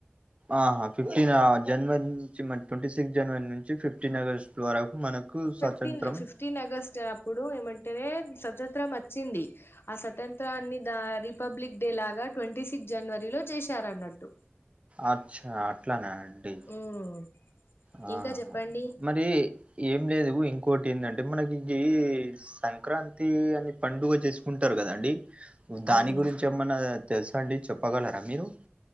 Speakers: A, on the right (about 30°); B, on the left (about 70°).
A: ఆహా ఫిఫ్టీన్ జనవరి నుంచి మ ట్వంటీ సిక్స్ జనవరి నుంచి ఫిఫ్టీన్ ఆగస్ట్ వరకు మనకు
B: ఫిఫ్టీన్
A: స్వాతంత్రం
B: ఫిఫ్టీన్ అగస్ట్ అప్పుడు ఏమంటే స్వతంత్రం వచ్చింది ఆ స్వతంత్రాన్ని దారి రిపబ్లిక్ డే లాగా ట్వంటీ సిక్స్ జనవరిలో చేశారన్నట్టు
A: అచ్చా అట్లానే అండి
B: ఉమ్
A: ఆ
B: ఇంకా చెప్పండి
A: మరి ఏం లేదు ఇంకా ఇంకోటి ఏంటంటే మనకి సంక్రాంతి అని పండుగ చేసుకుంటారు కదండి దాని
B: అవును
A: గురించి ఏమన్నా తెలుసా అండి చెప్పగలరాా మీరు